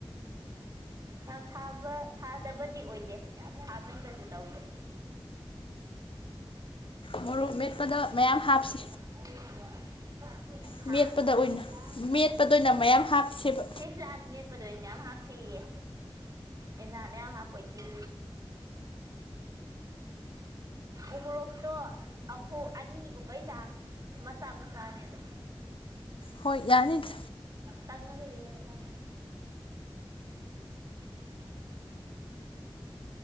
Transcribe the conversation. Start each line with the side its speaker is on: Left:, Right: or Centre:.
Right: ꯌꯥꯝ ꯁꯥꯕ ꯁꯥꯗꯕꯗꯤ ꯑꯣꯏꯗꯦ ꯌꯥꯝ ꯁꯥꯃꯟꯕꯁꯨ ꯇꯧꯗꯦ
Left: ꯃꯣꯔꯣꯛ ꯃꯦꯠꯄꯗ
Right: <inaudible>
Left: ꯃꯌꯥꯝ ꯍꯥꯞꯁꯤ
Right: <inaudible>
Left: ꯃꯦꯠꯄꯗ
Right: ꯍꯥ
Left: ꯑꯣꯏꯅ
Right: <unintelligible>
Left: ꯃꯦꯠꯄꯗ ꯑꯣꯏꯅ ꯃꯌꯥꯝ ꯍꯥꯞꯁꯦꯕ
Right: ꯆꯦ ꯁꯤꯂꯥꯅ ꯃꯦꯠ ꯍꯥꯄꯗ ꯑꯣꯏꯅ ꯃꯌꯥꯝ ꯍꯥꯞꯁꯤꯌꯦ ꯑꯦꯟꯖꯥꯡ ꯃꯌꯥꯝ ꯍꯥꯞꯄꯣꯏꯁꯤ ꯎꯣꯔꯣꯛꯇꯣ ꯑꯍꯨꯝ ꯑꯅꯤꯒꯨꯝꯕꯩ ꯆꯥꯡ ꯃꯆꯥ ꯃꯆꯥꯅꯦ ꯑꯗ
Left: ꯍꯣꯏ ꯌꯥꯅꯤꯗ
Right: ꯇꯉꯒ ꯌꯦꯡꯉ